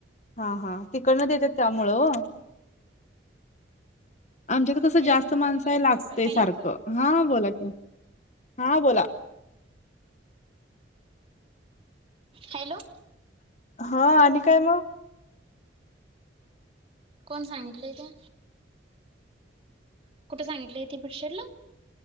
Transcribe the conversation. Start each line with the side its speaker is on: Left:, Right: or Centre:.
Left: हा हा तिकडन येतात त्यामुळं हो आमच्यात कसं
Right: हॅलो
Left: जास्त माणसं आहे लागतय
Right: हॅलो
Left: सारखं हा बोला कि हा बोला
Right: हॅलो
Left: हा आणि काय मग
Right: कोण सांगितलंय ते कुठे सांगितलंय ती बशरला